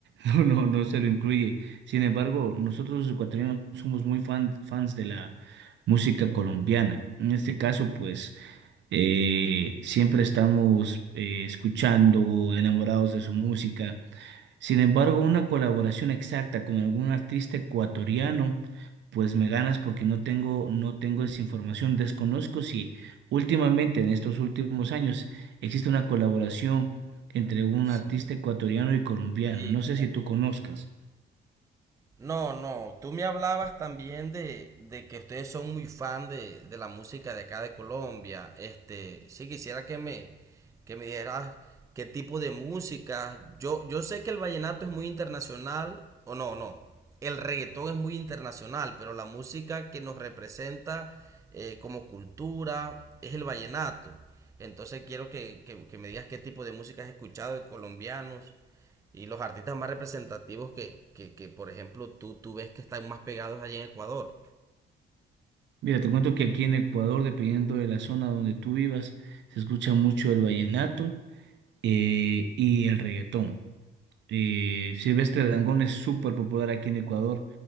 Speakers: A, on the right; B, on the right.
A: No, no, no se lo incluye. Sin embargo, nosotros los ecuatorianos somos muy fan- fans de la música colombiana. En este caso, pues, eh, siempre estamos eh, escuchando, enamorados de su música. Sin embargo, una colaboración exacta con algún artista ecuatoriano, pues me ganas porque no tengo, no tengo esa información. Desconozco si últimamente, en estos últimos años, existe una colaboración entre un artista
B: Sí.
A: ecuatoriano y colombiano.
B: Y
A: No
B: mira,
A: sé si tú conozcas.
B: No, no, tú me hablabas también de, de que ustedes son muy fan de, de la música de acá de Colombia. Este, sí quisiera que me, que me dijeras qué tipo de música. Yo, yo sé que el vallenato es muy internacional, o no, no. El reggaetón es muy internacional, pero la música que nos representa eh, como cultura es el vallenato. Entonces quiero que, que, que me digas qué tipo de música has escuchado de colombianos y los artistas más representativos que, que, que, por ejemplo, tú, tú ves que están más pegados allí en Ecuador.
A: Mira, te cuento que aquí en Ecuador, dependiendo de la zona donde tú vivas, se escucha mucho el vallenato eh, y el reggaetón. Y Silvestre Dangond es súper popular aquí en Ecuador.